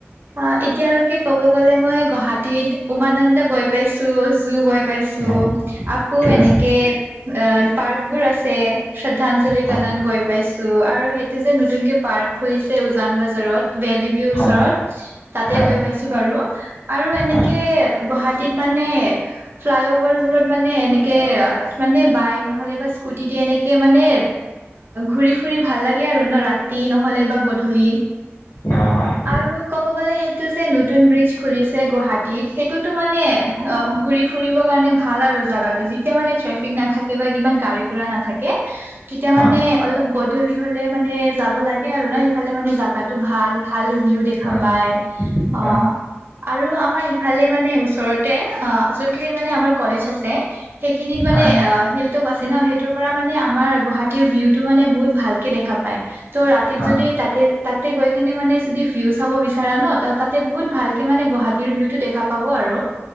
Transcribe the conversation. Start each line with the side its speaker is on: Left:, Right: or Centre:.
Right: অ এতিয়া লকে কব যে মই গুৱাহাটীত উমানন্দ গৈ পাইছো জু গৈ পাইছো
Left: অ
Right: আকৌ
Left: ঠিক
Right: এনেকে
Left: আছে
Right: অ পাৰ্ক বোৰ আছে শ্ৰদ্ধাঞ্জলি
Left: হয়
Right: কণন গৈ পাইছো আৰু সেই যে নতুনকে পাৰ্ক খুলিছে উজান বজাৰত ভেলি ওচৰত
Left: হয়
Right: তাতে
Left: হয়
Right: গৈ পাইছো বাৰু আৰু এনেকে
Left: হয়
Right: গুৱাহাটীত মানে ফ্লাই অভাৰ বোৰত মানে এনেকে মানে বাইক নহ'লে বা স্কুটি দ এনেকে তে মানে ঘূৰি ফুৰি ভাল লাগে আৰু ন ৰাতি নহ'লে বা গধূলি
Left: অ হয়
Right: আৰু ক'ব গ'লে সেইটো যে নতুন ব্ৰিজ খুলিছে গুৱাহাটীত সেইটোতো মানে অ ঘূৰি ফুৰিবৰ কাৰণে ভাল আৰু জাগগাতটো যেতিয়া মানে ট্ৰেফিক তেতিয়া মানে ট্ৰেফিক নাথাকে ইমান গাৰী ঘূৰা নাথাকে তেতিয়া
Left: হয়
Right: মানে অলপ গধূলি হ'লে মানে যাব লাগে আৰু ন ইফালে মানে জাগাত টো ভাল ভাল ভিউ দেখা
Left: হয়
Right: পায় অ
Left: হয়
Right: আৰু আমাৰ ইফালে মানে ওচৰতে যোনখিনি মানে আমাৰ কলেজ আছে সেইখিনিত মানে
Left: হয়
Right: অ শিল টোক আছে ন সেইটোৰ পৰা মানে আমাৰ গুৱাহাটীৰ ভিউ টো মানে বহুত ভাল দেখা পায় ত ৰাতিত
Left: হয়
Right: যদি তাতে তাতে গৈ কিনে মানে যদি ভিউ চাব বিচাৰা ন ত তাতে বহুত ভালকে মানে গুৱাহী ভিটো দেখা পাব আৰু